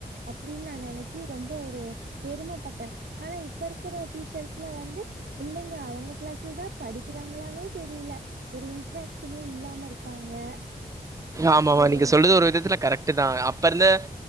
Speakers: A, on the right; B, on the right.
A: அப்டின்னு நான் நினைச்சு ரொம்ப ஒரு பெருமப்பட்டேன் ஆனா இப் இப்ப இருக்கிற டீச்சர்ஸ்லா வந்து புள்ளைங்க அவங்க கிளாஸ்ல தான் படிக்கிறாங்களானே தெரியல ஒரு இன்ட்ரக்டனே இல்லாம இருக்காங்க
B: ஆமா ஆமா
A: ஒரு
B: நீங்க சொல்லறது ஒரு விதத்துல கரெக்ட் தான் அப்ப இருந்த